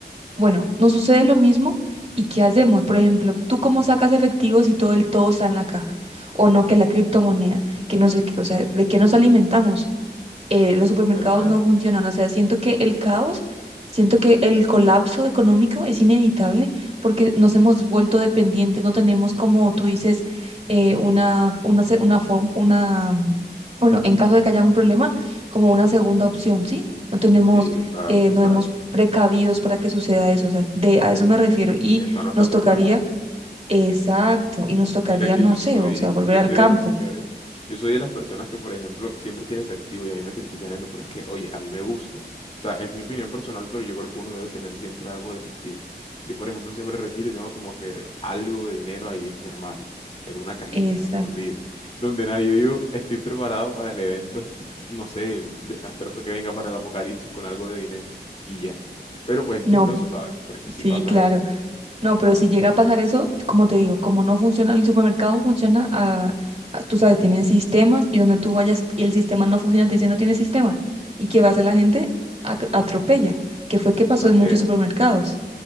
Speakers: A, on the right; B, on the left.
A: bueno, nos sucede lo mismo y ¿qué hacemos? Por ejemplo, ¿tú cómo sacas efectivos si todo el todo está en la caja? O no, que la criptomoneda, que no sé qué, o sea, ¿de qué nos alimentamos? eh, los supermercados
B: ¿verdad?
A: no funcionan. O sea, siento que el caos, siento que el colapso económico es inevitable porque nos hemos vuelto dependientes, no tenemos, como tú dices, eh, una, una, se- una, forma, una, mm, bueno, en caso de que haya un problema, como una segunda opción, ¿sí? No tenemos,
B: Sí, total,
A: eh,
B: total.
A: no hemos precavidos para que suceda eso. O sea, de, a eso me refiero. Y
B: Epa, no están
A: nos
B: preparados.
A: tocaría, exacto, y nos tocaría,
B: Mira que
A: no
B: yo
A: sé,
B: soy,
A: o sea, volver
B: yo
A: al
B: soy
A: campo.
B: de los señores, yo soy de las personas que, por ejemplo, siempre tiene efectivo y a mí me critican eso, pero es que, oye, a mí me gusta. O sea, es mi opinión personal, pero yo creo que uno debe tener siempre algo de efectivo. Yo, por ejemplo, siempre retiro y tengo como que algo de dinero ahí en mi armario, en una cajita
A: Exacto.
B: escondida, donde nadie digo estoy preparado para el evento, no sé, el desastroso que venga para el apocalipsis con algo de dinero y ya. Pero pues es
A: No,
B: chistoso, ¿sabes? Porque sí
A: sí,
B: pasa
A: claro.
B: eso. O
A: No, pero si llega a pasar eso, como te digo, como no funciona, el supermercado funciona a, a- tú sabes, tienen sistemas y donde tú vayas y el sistema no funciona, te dicen no tiene sistema. ¿Y qué va a hacer la gente? Ac- Atropella, que fue que pasó
B: sea
A: en
B: que,
A: muchos supermercados.